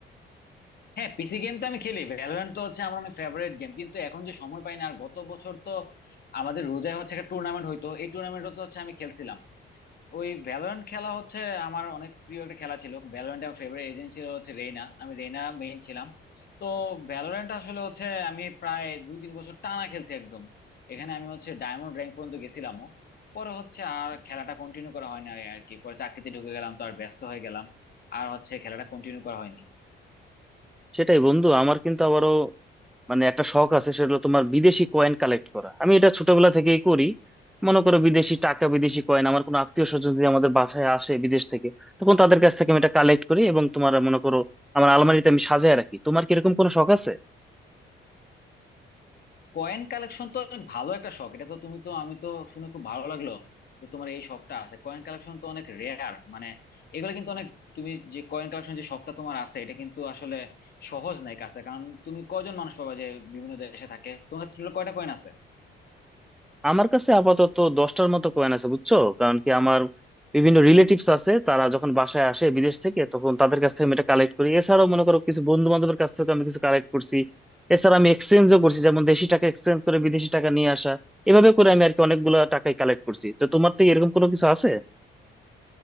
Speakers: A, on the left (about 55°); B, in the centre.
A: হ্যাঁ পিসি গেম তো আমি খেলি ভ্যালোরেন্ট তো হচ্ছে আমার অনেক ফেভারিট গেম কিন্তু এখন যে সময় পাই না আর গত বছর তো আমাদের রোজায় হচ্ছে একটা টুর্নামেন্ট হইতো এই টুর্নামেন্টও তো হচ্ছে আমি খেলছিলাম ওই ভ্যালোরেন্ট খেলা হচ্ছে আমার অনেক প্রিয় একটা খেলা ছিল ভ্যালোরেন্ট আমার ফেভারিট এজেন্ট ছিল হচ্ছে রেইনা আমি রেইনা মেইন ছিলাম তো ভ্যালোরেন্ট আসলে হচ্ছে আমি প্রায় দুই তিন বছর টানা খেলছি একদম এখানে আমি হচ্ছে ডায়মন্ড র্যাঙ্ক পর্যন্ত গেছিলামও পরে হচ্ছে আর খেলাটা কন্টিনিউ করা হয় না আর কি পরে চাকরিতে ঢুকে গেলাম তো আর ব্যস্ত হয়ে গেলাম আর হচ্ছে খেলাটা কন্টিনিউ করা হয়নি
B: সেটাই বন্ধু আমার কিন্তু আবারও মানে একটা শখ আছে সেটা হলো তোমার বিদেশি কয়েন কালেক্ট করা আমি এটা ছোটবেলা থেকেই করি মনে করো বিদেশি টাকা বিদেশি কয়েন আমার কোনো আত্মীয় স্বজন যদি আমাদের বাসায় আসে বিদেশ থেকে তখন তাদের কাছ থেকে আমি এটা কালেক্ট করি এবং তোমার মনে করো আমার আলমারিতে আমি সাজায় রাখি তোমার কি এরকম কোনো শখ আছে
A: কয়েন কালেকশন তো অনেক ভালো একটা শখ এটা তো তুমি তো আমি তো শুনে খুব ভালো লাগলো যে তোমার এই শখটা আছে কয়েন কালেকশন তো অনেক রেয়ার মানে এগুলো কিন্তু অনেক তুমি যে কয়েন কালেকশন যে শখটা তোমার আছে এটা কিন্তু আসলে সহজ নাই কাজটা কারণ তুমি কজন মানুষ পাবা যে বিভিন্ন দেশে থাকে তোমার কাছে টোটাল কয়টা কয়েন আছে
B: আমার কাছে আপাতত দশটার মতো কয়েন আছে বুঝছো কারণ কি আমার বিভিন্ন রিলেটিভস আছে তারা যখন বাসায় আসে বিদেশ থেকে তখন তাদের কাছ থেকে আমি এটা কালেক্ট করি এছাড়াও মনে করো কিছু বন্ধু বান্ধবের কাছ থেকে আমি কিছু কালেক্ট করছি এছাড়া আমি এক্সচেঞ্জও করছি যেমন দেশি টাকা এক্সচেঞ্জ করে বিদেশি টাকা নিয়ে আসা এভাবে করে আমি আর কি অনেকগুলো টাকাই কালেক্ট করছি তো তোমার থেকে এরকম কোনো কিছু আছে